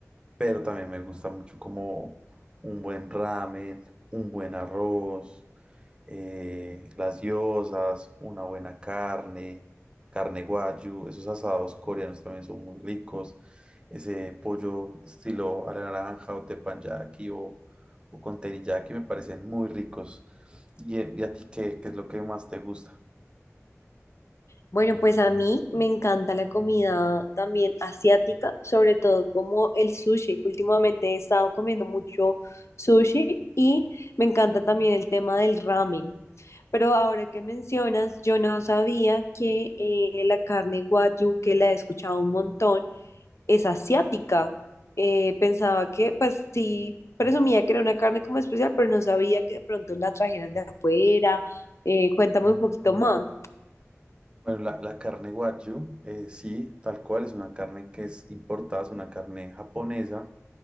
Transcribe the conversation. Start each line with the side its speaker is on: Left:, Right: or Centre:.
Right: pero también me gusta mucho como un buen ramen, un buen arroz, eh, las gyozas, una buena carne, carne guayu, esos asados coreanos también son muy ricos, ese pollo estilo a la naranja o teppanyaki o, o con teriyaki me parecen muy ricos. ¿Y, eh, y a ti qué, qué es lo que más te gusta?
Left: Bueno, pues a mí me encanta la comida también asiática, sobre todo como el sushi. Últimamente he estado comiendo mucho sushi y me encanta también el tema del ramen. Pero ahora que mencionas, yo no sabía que eh, la carne wagyu, que la he escuchado un montón, es asiática. Eh, pensaba que, pues sí, presumía que era una carne como especial, pero no sabía que de pronto la trajeran de afuera. Eh, cuéntame un poquito más.
Right: Bueno, la, la carne wagyu, eh, sí, tal cual, es una carne que es importada, es una carne japonesa